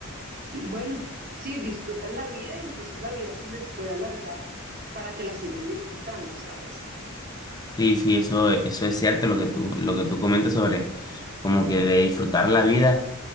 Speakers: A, on the right; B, on the left.
A: y bueno, sí, disfrutan la vida y entonces la vida se les puede alargar para que la sigan disfrutando, ¿sabes?
B: Sí, sí, eso, eso es cierto lo que tú, lo que tú comentas sobre como que de disfrutar la vida